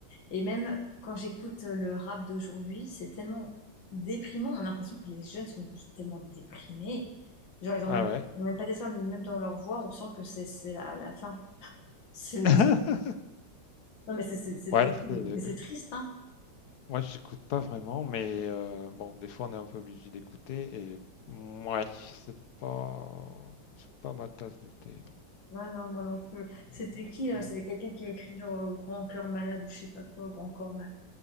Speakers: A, on the left; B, on the left.
A: Et même quand j'écoute euh, le rap d'aujourd'hui, c'est tellement déprimant. On a l'impression que les jeunes sont juste tellement déprimés. Genre, ils ont
B: Ah
A: même,
B: ouais.
A: ils ont même pas d'espoir, même dans leur voix, on sent que c'est c'est la, la fin. C'est-
B: <laughs>
A: Non, mais c'est c'est- c'est
B: Ouais,
A: terrible.
B: c'est... euh,
A: Mais c'est triste, hein.
B: Moi, j'écoute pas vraiment, mais euh, bon, des fois, on est un peu obligé d'écouter et... Ouais, c'est pas... C'est pas ma tasse de thé,
A: Ouais, non, moi non plus. C'était
B: non.
A: qui, là?
B: Mm.
A: C'était quelqu'un qui a écrit genre euh, Grand cœur malade ou je sais pas quoi, Grand corps malade.